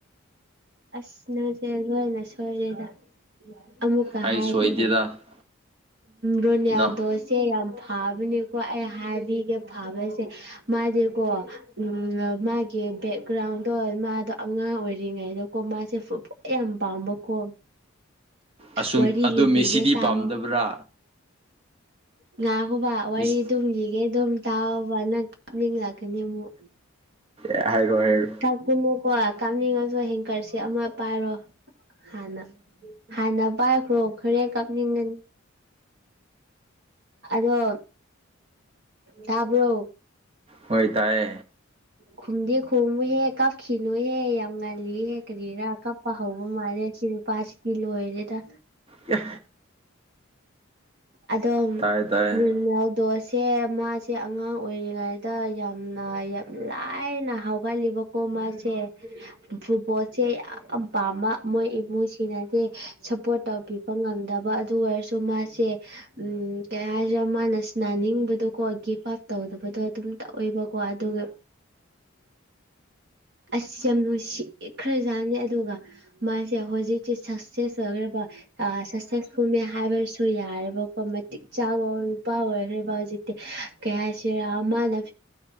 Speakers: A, on the right (about 55°); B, on the right (about 25°).
A: ꯑꯁ ꯅꯁꯦ ꯂꯣꯏꯅ ꯁꯣꯏꯔꯦꯗ ꯑꯃꯨꯛꯀ
B: ꯑꯩ
A: ꯍꯥꯏꯒꯦꯗ
B: ꯁꯣꯏꯗꯦꯗ
A: ꯔꯣꯅꯤꯌꯥꯗꯣꯁ
B: ꯅꯪ
A: ꯁꯦ ꯌꯥꯝ ꯐꯥꯕꯅꯤꯀꯣ ꯑꯩ ꯍꯥꯏꯕꯤꯒꯦ ꯐꯥꯕꯁꯦ ꯃꯥꯗꯤꯀꯣ ꯎꯝ ꯃꯥꯒꯤ ꯕꯦꯛꯒ꯭ꯔꯥꯎꯟꯗꯣ ꯃꯥꯗꯣ ꯑꯉꯥꯡ ꯑꯣꯏꯔꯤꯉꯩꯗ ꯀꯣ ꯃꯥꯁꯦ ꯌꯥꯝ ꯄꯥꯝꯕꯀꯣ
B: ꯑꯁ
A: ꯋꯥꯔꯤ
B: ꯑꯗꯨ
A: ꯂꯤꯕꯤꯒꯦ
B: ꯃꯁꯤꯗꯤ
A: ꯇꯥꯎꯋꯣ
B: ꯄꯥꯝꯗꯕ꯭ꯔꯥ
A: ꯉꯥꯈꯣꯕ ꯋꯥꯔꯤ
B: ꯃꯦꯁꯤ
A: ꯗꯨꯝ ꯂꯤꯒꯦ ꯑꯗꯨꯝ ꯇꯥꯋꯣꯕ ꯅꯪ <inaudible> ꯅꯤꯡꯂꯛꯀꯅꯤ ꯑꯃꯨꯛ
B: ꯑꯦ ꯍꯥꯏꯔꯣ ꯍꯥꯏꯔꯣ
A: <unintelligible> ꯃꯨꯀꯣ ꯀꯞꯅꯤꯡꯉꯁꯨ ꯍꯦꯡꯀꯔꯁꯦ ꯑꯃ ꯄꯥꯏꯔꯣ ꯍꯥꯟꯅ ꯍꯥꯟꯅ ꯄꯥꯏꯈ꯭ꯔꯣ ꯈꯔꯦꯟ ꯀꯥꯞꯅꯤꯡꯉ ꯑꯗꯣ ꯇꯕ꯭ꯔꯣ
B: ꯍꯣꯏ ꯇꯥꯌꯦ
A: ꯈꯨꯝꯗꯤ ꯈꯨꯃꯨꯍꯦ ꯀꯥꯞꯈꯤꯅꯨꯍꯦ ꯌꯥꯝ ꯉꯜꯂꯤꯍꯦ ꯀꯔꯤꯔꯥ ꯀꯞꯄ ꯍꯧꯕ ꯃꯥꯜꯂꯦ ꯁꯤ ꯅꯨꯄꯥꯁꯤꯗꯤ ꯂꯣꯏꯔꯦꯗ
B: ꯌꯥ
A: ꯑꯗꯣꯝ
B: ꯇꯥꯏ ꯇꯥꯏ
A: ꯔꯨꯅꯥꯜꯗꯣꯁꯤ ꯁꯦ ꯃꯥꯁꯦ ꯑꯉꯥꯡ ꯑꯣꯏꯔꯤꯉꯩꯗ ꯌꯥꯝꯅ ꯌꯥꯝ ꯂꯥꯏꯔꯅ ꯍꯧꯎꯒꯠꯂꯤꯕ ꯀꯣ ꯃꯥꯁꯦ ꯐꯨꯠꯕꯣꯜꯁꯦ ꯌꯥꯝ ꯄꯥꯝꯕ ꯃꯣꯏ ꯏꯃꯨꯡꯁꯤꯡꯅꯗꯤ ꯁꯞꯄꯣꯔꯠ ꯇꯧꯕꯤꯕ ꯉꯝꯗꯕ ꯑꯗꯨ ꯑꯣꯏꯔꯁꯨ ꯃꯥꯁꯦ ꯎꯝ ꯀꯩ ꯍꯥꯏꯁꯤꯔ ꯃꯥꯅ ꯁꯅꯥꯅꯤꯡꯕꯗꯣꯀꯣ ꯒꯤꯐ ꯑꯞ ꯇꯧꯗꯕꯗꯣ ꯑꯗꯨꯝ ꯇꯧꯋꯦꯕꯀꯣ ꯑꯗꯨꯒ ꯑꯁ ꯌꯥꯝ ꯅꯨꯡꯁꯤ ꯈꯔꯖꯥꯠꯅꯦ ꯑꯗꯨꯒ ꯃꯥꯁꯦ ꯍꯧꯖꯤꯛꯇꯤ ꯁꯛꯁꯦꯁ ꯑꯣꯏꯈ꯭ꯔꯦꯀꯣ ꯁꯛꯁꯦꯁꯐꯨꯜꯅꯦ ꯍꯥꯏꯕꯁꯨ ꯌꯥꯔꯦꯕꯀꯣ ꯃꯇꯤꯛ ꯆꯥꯕ ꯅꯨꯄꯥ ꯑꯣꯏꯈ꯭ꯔꯦꯕ ꯍꯧꯖꯤꯛꯇꯤ ꯀꯩ ꯍꯥꯏꯁꯤꯔꯥ ꯃꯥꯅ